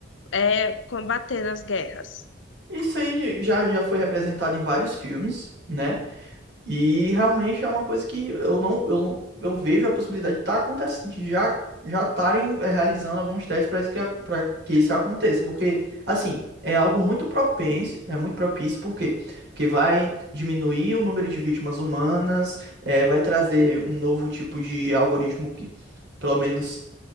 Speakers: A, on the left (about 80°); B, on the right (about 60°).
A: É combater as guerras.
B: Isso aí já, já foi representado em vários filmes, né? E realmente é uma coisa que eu não, eu, não- eu vejo a possibilidade de tá acontecendo, de já já estarem realizando alguns testes para isso que para que isso aconteça, porque assim, é algo muito propenso, é muito propício, por quê? Porque vai diminuir o número de vítimas humanas, é, vai trazer um novo tipo de algoritmo que, pelo menos